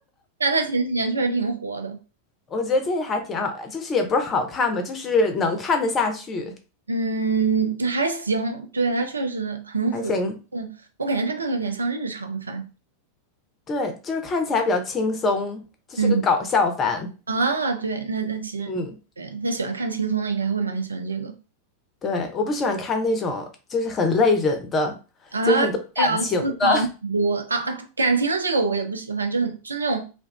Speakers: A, on the right (about 75°); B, on the left (about 25°).
A: 但他前几年确实挺火的。
B: 我觉得这还挺好，就是也不是好看吧，就是能看得下去。
A: 嗯，还行，对，他确实很火。
B: 还行。
A: 嗯，我感觉他更有点像日常番。
B: 对，就是看起来比较轻松，就是个搞笑番。
A: 嗯啊，对，那那其实对，
B: 嗯，
A: 他喜欢看轻松的应该会蛮喜欢这个
B: 对，我不喜欢看那种就是很累人的，
A: 啊，
B: 就是很多感情的。
A: 对啊，思考很多啊啊，感情的这个我也不喜欢，就很就那种